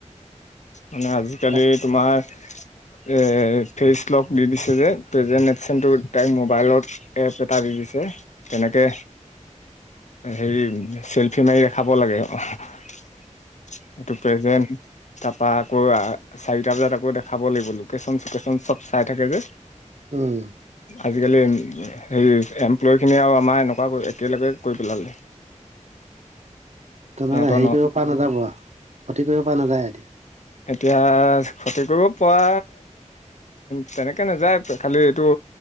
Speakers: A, on the left; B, on the right.
A: মানে আজিকালি
B: আৰু
A: তোমাৰ এ ফেচ লক দি দিছে যে প্ৰেজেণ্ট এফচেণ্টটো তাইক মোৱাইলত। এপ এটা দি দিছে তেনেকে হেৰি চেলফি মাৰি দেখাব লাগে। অহ এইটো প্ৰেজেণ্ট। পৰা আকৌ চাৰিটা বজাত আকৌ দেখাব লাগিব লোকেশ্যন চকেশ্যন চব চাই থাকে যে।
B: উম
A: আজিকালি হেৰি এমপ্লয়খিনিয়ে আৰু আমাৰ এনেকুৱা একেলগে কৰি পেলালে।
B: তোৰমানে
A: সিহঁতৰ
B: হেৰি
A: ন
B: কৰিব পৰা নাযাব আৰু ক্ষতি কৰিব পৰা নাযায় এতিয়া।
A: এতিয়া ক্ষতি কৰিব পৰা। তেনেকে নাযায় খালি এইটো